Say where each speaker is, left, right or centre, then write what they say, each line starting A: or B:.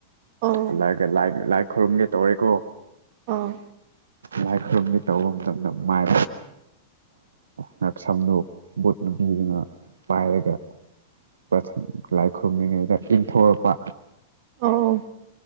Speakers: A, on the right; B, on the right.
A: ꯑꯣ
B: ꯍꯜꯂꯛꯑꯒ ꯂꯥꯏꯛ ꯂꯥꯏ ꯈꯨꯔꯨꯝꯒꯦ ꯇꯧꯔꯦꯀꯣ
A: ꯑꯥ
B: ꯂꯥꯏ ꯈꯨꯔꯨꯝꯒꯤ ꯇꯧꯕ ꯃꯇꯝꯗ ꯃꯥꯏ ꯉꯥꯛꯁꯝꯗꯨꯣ ꯕꯨꯠ ꯅꯨꯨꯕꯤꯗꯨꯅ ꯄꯥꯏꯔꯒ ꯭ꯔ ꯂꯥꯏ ꯈꯨꯔꯨꯝꯃꯤꯉꯩꯗ ꯏꯟꯊꯣꯔꯛꯄ
A: ꯑꯣ